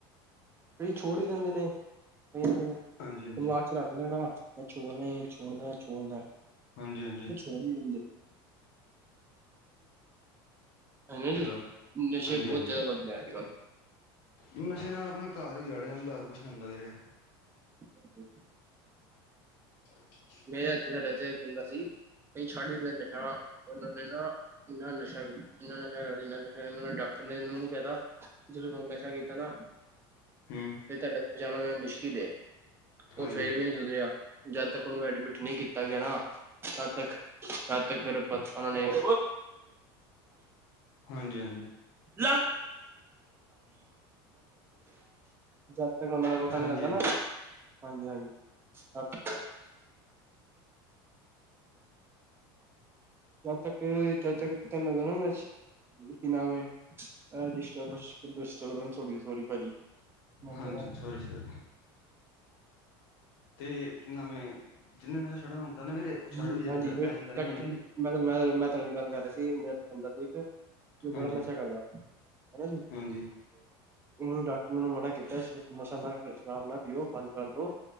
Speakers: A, on the right; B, on the left.
A: ਕਈ ਛੋੜ ਵੀ ਦਿੰਦੇ ਨੇ ਦਿਮਾਗ
B: ਹਾਂਜੀ ਹਾਂਜੀ
A: 'ਚ ਰੱਖ ਮੈਂ ਛੋੜਨਾ ਹੀ ਛੋੜਨਾ- ਛੋੜਨਾ
B: ਹਾਂਜੀ- ਹਾਂਜੀ <unintelligible>
A: ਫਿਰ ਛੋੜ ਹੀ ਦਿੰਦੇ ਨੇ। ਹਨਾ ਜੀ
B: ਹੈਲੋ
A: ਨਸ਼ੇ
B: ਹਾਂਜੀ
A: ਬਹੁਤ
B: ਹਾਂਜੀ
A: ਜ਼ਿਆਦਾ ਵੱਧ ਰਿਹਾ ਹੈ ਅੱਜ ਕੱਲ੍ਹ
B: ਨਸ਼ੇ ਨਾਲ ਆਪਣਾ ਘਰ ਵੀ ਉਜਾੜਿਆ ਜਾਂਦਾ ਹੋਰ ਕੁਛ ਨੀ ਹੁੰਦਾ ਵੀਰੇ
A: <inaudible>
B: <inaudible>
A: ਮੇਰਾ ਇੱਥੇ ਸਾਡੇ ਇੱਥੇ ਬੰਦਾ ਸੀ ਬਈ ਛੱਡ ਵੀ ਦਿੰਦਾ ਨਸ਼ਾ ਉਹਨਾਂ ਨੇ ਨਾ ਇੰਨਾ ਨਸ਼ਾ ਇੰਨਾ ਨਸ਼ਾ ਕਰਦੇ ਇੰਨਾ ਨਸ਼ਾ ਡਾਕਟਰ ਨੇ ਇਹਨਾਂ ਨੂੰ ਕਹਿ ਤਾ ਜਦੋਂ ਹੁਣ ਨਸ਼ਾ ਕੀਤਾ ਨਾ
B: ਹੂੰ
A: ਫਿਰ ਤੁਹਾਡੇ ਬਚਾਉਣਾ ਮੇਰਾ ਮੁਸ਼ਕਿਲ ਏ ਉਹ
B: ਹਾਂਜੀ
A: ਫੇਰ ਵੀ ਨਹੀਂ ਸੁਧਰਿਆਂ ਜਦ ਤੱਕ ਉਹਨੂੰ ਐਡਮਿਟ ਨਹੀਂ ਕੀਤਾ ਗਿਆ ਨਾ ਤਦ ਤੱਕ -ਤਦ ਤੱਕ ਫੇਰ ਉਹਨਾਂ ਨੇ <inaudible>
B: ਹਾਂਜੀ -ਹਾਂਜੀ
A: <unintelligible> ਜਦ ਤੱਕ ਉਹਨਾਂ ਦਾ ਪਤਾ
B: ਹਾਂਜੀ
A: ਨੀ ਲੱਗਦਾ
B: ਹਾਂਜੀ
A: ਨਾ ਹਾਂਜੀ- ਹਾਂਜੀ <inaudible> ਜਦ ਤੱਕ ਜਦੋਂ ਤੱਕ <unintelligible> ਕੀ ਨਾਮ ਇਹ ਡਿਸਟਰਵੈਸ - ਡਿਸਟਰਬੰਸ ਹੋ ਗਈ ਸੌਰੀ ਭਾਜੀ। ਮੈਂ
B: ਹਾਂਜੀ
A: ਕਹਿ
B: ਸੋਰੀ ਸਰ ਤੇ ਕਿ ਨਾਮ ਆ ਜਿੰਨੇ ਨਸ਼ਾ ਛੱਡਣਾ ਹੁੰਦਾ ਨਾ ਵੀਰੇ ਉਹ ਛੱਡ
A: ਜੀ
B: ਵੀ ਜਾਂਦਾ
A: ਹਾਂਜੀ
B: ਐਸੀ ਗੱਲ
A: ਡਾਕਟਰ
B: ਨੀ ਹੁੰਦੀ।
A: ਮੈਂ ਤਾਂ ਮੈਂ -ਮੈਂ ਤੁਹਾਨੂੰ ਇਹ ਗੱਲ ਕਰ ਰਿਹਾ ਸੀ ਮੇਰਾ ਤਾਂ ਬੰਦਾ ਸੀ ਇੱਕ ਤੂੰ
B: ਹਾਂਜੀ
A: ਬੜਾ ਨਸ਼ਾ ਕਰਦਾ ਹਨਾ ਜੀ।
B: ਹਾਂਜੀ
A: ਉਹਨੂੰ ਡਾਕਟਰ ਨੇ ਮਨਾ ਕੀਤਾ ਸੀ ਨਸ਼ਾ ਨਾ ਸ਼ਰਾਬ ਨਾ ਪੀਓ ਬੰਦ ਕਰ ਦੋ